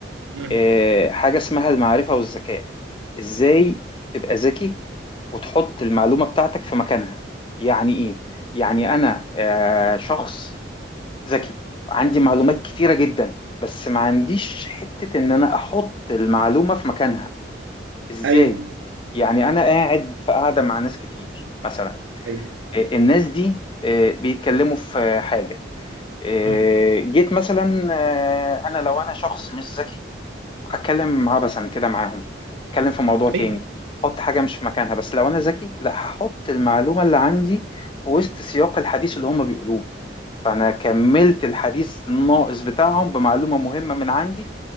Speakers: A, on the right; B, on the left.
A: مم،
B: آه، حاجة اسمها المعرفة والذكاء ازاي تبقى ذكي وتحط المعلومة بتاعتك في مكانها يعني ايه؟ يعني انا آه، شخص ذكي عندي معلومات
A: مم.
B: كتيرة جدا بس ما عنديش حتة ان انا احط المعلومة في مكانها ازاي؟
A: ايوه
B: يعني انا قاعد في قاعدة مع ناس كتير مثلا
A: ايوه
B: آه، الناس دي آه، بيتكلموا في حاجة آه،
A: مم.
B: جيت مثلا آه، أنا لو أنا شخص مش ذكي هتكلم عبثا كده معاهم هتكلم في موضوع تاني
A: ايوه
B: أحط حاجة مش في مكانها بس لو أنا ذكي لا هحط المعلومة اللي عندي في وسط سياق الحديث اللي هم بيقولوه فأنا كملت الحديث الناقص بتاعهم بمعلومة مهمة من عندي